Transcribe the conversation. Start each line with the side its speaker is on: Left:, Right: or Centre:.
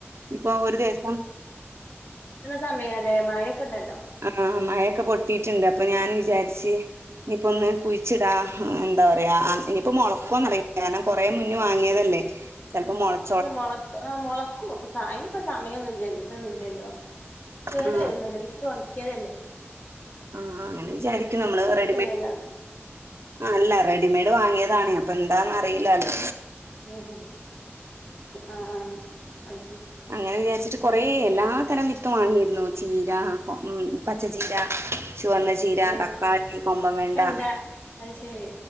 Right: ഇപ്പൊ ഒരു ദിവസം
Left: സമയാല്ലേ മഴക്കെണ്ടല്ലോ?
Right: ആഹ് ആഹ് മഴയൊക്കെ പൊട്ടിട്ട്ണ്ട് അപ്പൊ ഞാൻ വിചാരിച്ച് ഇനിയിപ്പോന്ന് കുഴിച്ചിടാം. എന്താ പറയാ ഇനിയിപ്പോ മുളക്കുവോന്നറിയില്ല. കാരണം കുറെേ മുന്നേ വാങ്ങിയതല്ലേ? ചിലപ്പംമൊളകൂ
Left: അല്ല മോളക്ക ആഹ് മോളക്കും സ അയിന് പ്പോ സമയന്നും ഇല്യല്ലോ ഇതൊന്നും ഇല്യല്ലോ? കേടു
Right: ആ
Left: വരുമൊന്നു ഇല്ല. വിത്ത് ഒണക്കിയതല്ലേ?
Right: ആഹ് അങ്ങനെ വിചാരിക്കും നമ്മള് റെഡിമ
Left: <unintelligible>
Right: ആ അല്ല റെഡിമെയ്ഡ് വാങ്ങിയതാണേ അപ്പൊ എന്താന്നന്ന് അറിയില്ലാല്ലോ.
Left: ഉംഅ ആ ആ അതെ-
Right: അങ്ങനെ വിചാരിച്ചിട്ട് കൊറെ എല്ലാ തരം വിത്ത് വാങ്ങിയിരുന്നു ചീര, ഉം പച്ചചീര ചുവന്ന ചീര,
Left: ആ
Right: തക്കാളി, കൊമ്പൻ വെണ്ട
Left: ഇപ്പണ്ടാ അത് ശരി